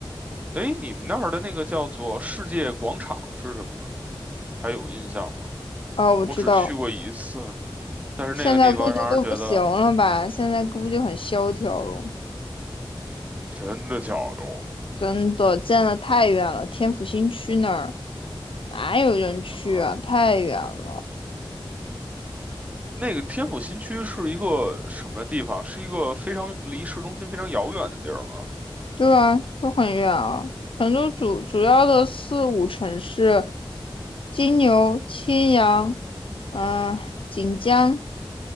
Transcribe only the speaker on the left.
啊，我知道，
现在估计都不行了吧？现在估计很萧条了，
真的，建的太远了，天府新区那儿哪有人去啊？
太远了，
对啊，就很远啊。成都主主要的四五城市，金牛、青羊，嗯、锦江，